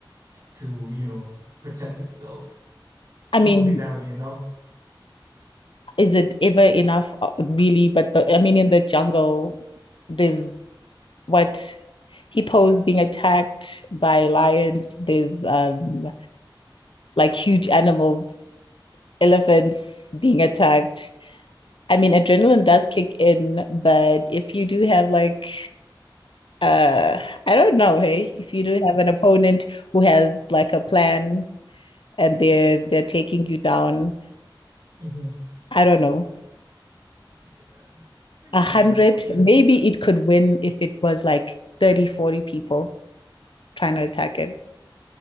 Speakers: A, on the right (about 45°); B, on the left (about 75°).
A: to, you know, protect itself? You
B: i
A: don't
B: mean
A: think that'll be enough?
B: is it ever enough Uh, really but the, i mean in the jungle there's what hippos being attacked by lions there's um like huge animals elephants being attacked i mean adrenaline does kick in but if you do have like Uh, I don't know, hey, if you do have an opponent who has like a plan and they're they're taking you down,
A: Mhm.
B: I don't know,
A: Yeah. Anyway,
B: a hundred,
A: okay.
B: maybe it could win if it was like 30, 40 people trying to attack it.